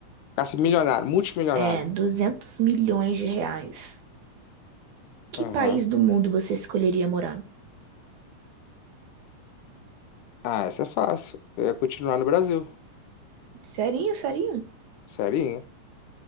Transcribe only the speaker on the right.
é, 200 milhões de reais, que
país do mundo você escolheria morar?
Serinho, serinho?